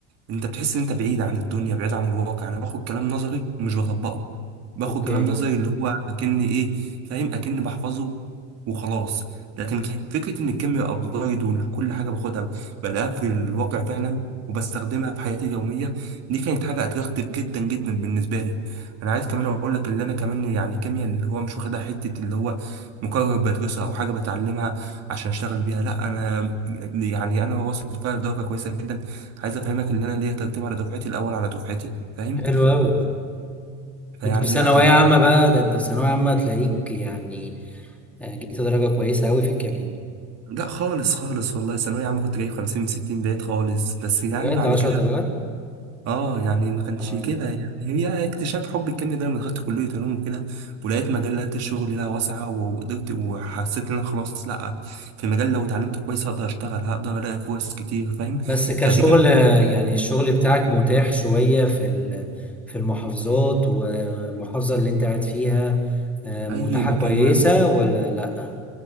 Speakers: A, on the right; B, in the centre.
A: انت بتحس ان انت بعيد عن الدنيا بعيد عن الواقع انا باخد كلام نظري ومش بطبقه باخد
B: اوكي
A: كلام نظري اللي هو اكني ايه فاهم اكني بحفظه وخلاص لكن ك- فكره ان الكيمياء ابلايد وكل حاجه باخدها بلاقيها في الواقع فعلا وبستخدمها في حياتي اليوميه دي كانت حاجه اتغيرت جدا جدا بالنسبه لي انا عايز كمان اقول لك اللي انا كمان يعني الكيمياء اللي هو مش واخدها حته اللي هو مقرر بدرسها او حاجه بتعلمها عشان اشتغل بيها لا انا يعني انا واصل فيها لدرجه كويسه جدا عايز افهمك ان انا ليا ترتيب على دفعتي الاول على دفعتي فاهم
B: حلو قوي
A: فيعني
B: انت في ثانوية
A: لا
B: عامة بقى ده انت في ثانوية عامة تلاقيك يعني آه، جبت درجة كويسة قوي في الكيمياء
A: لا خالص خالص والله ثانوية عامة كنت جايب خمسين من ستين بعيد خالص بس يعني
B: بجد
A: بعد
B: 10
A: كده
B: درجات
A: اه يعني ما كانش
B: آه.
A: كده يعني هي اكتشاف حب الكيمياء ده لما دخلت كلية علوم وكده ولقيت مجالات الشغل لها واسعة وقدرت وحسيت ان انا خلاص لا في مجال لو اتعلمت كويس هقدر اشتغل هقدر الاقي فرص كتير فاهم
B: بس كشغل
A: فدي كانت
B: يعني الشغل بتاعك متاح شوية في ال- في المحافظات والمحافظة اللي انت قاعد فيها آه، متاحة
A: اي مكان
B: كويسة
A: مهما
B: ولا لا